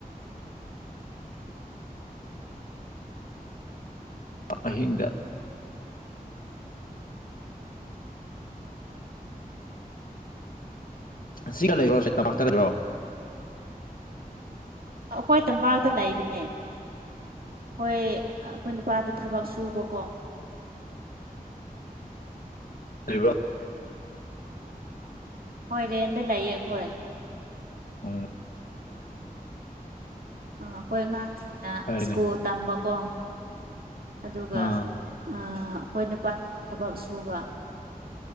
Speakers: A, on the left (about 65°); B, on the right (about 75°).
A: ꯑꯍꯤꯡꯗ ꯁꯤꯒ ꯂꯩꯕ꯭ꯔꯣ ꯁꯤ ꯇꯄꯥꯛꯇ ꯂꯩꯕꯤ꯭ꯔꯣ
B: ꯑꯩꯈꯣꯏ ꯇꯝꯄꯥꯛꯇ ꯂꯩꯕꯅꯦ ꯍꯣꯏ ꯑꯩꯈꯣꯏ ꯅꯨꯄꯥꯗ ꯊꯕꯛ ꯁꯨꯕꯀꯣ
A: ꯂꯩꯕ꯭ꯔꯣꯝ
B: ꯍꯣꯏ ꯔꯦꯟꯗ ꯂꯥꯛꯌꯦ ꯑꯩꯈꯣꯏ
A: ꯑ
B: ꯑꯩꯈꯣꯏ ꯑꯉꯥꯡꯁꯤꯡꯅ
A: ꯐꯔꯦꯅꯦ
B: ꯁ꯭ꯀꯨꯜ ꯇꯝꯕꯀꯣ ꯑꯗꯨꯒ
A: ꯑꯥ
B: ꯑꯩꯈꯣꯏ ꯅꯨꯄꯥ ꯊꯕꯛ ꯁꯨꯕ